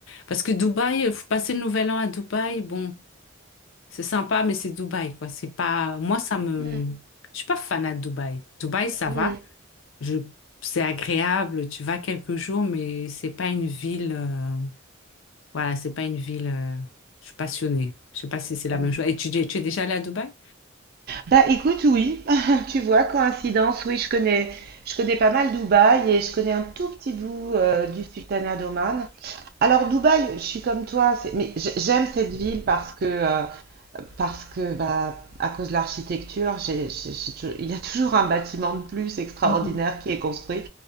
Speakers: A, on the left; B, on the right.
A: Parce que Dubaï, euh, faut passer le nouvel an à Dubaï, bon, c'est sympa, mais c'est Dubaï quoi. C'est pas. Moi, ça me.
B: Mm.
A: Je suis pas fanat de Dubaï. Dubaï, ça
B: Mhm.
A: va. Je... C'est agréable, tu vas quelques jours, mais c'est pas une ville. euh, voilà, c'est pas une ville. euh, Je suis passionnée. Je sais pas si c'est la
B: Mhm.
A: même chose. Et tu, tu es déjà allée à Dubaï?
B: Bah, écoute, oui. <laughs> Tu vois, coïncidence, oui, je connais, je connais pas mal Dubaï et je connais un tout petit bout euh, du Sultanat d'Oman. Alors, Dubaï, je suis comme toi, c'est- mais j- j'aime cette ville parce que euh, parce que bah, à cause de l'architecture, j'ai- j'ai- j'ai tou- il y a toujours un bâtiment de plus extraordinaire
A: Mhm,
B: qui est construit.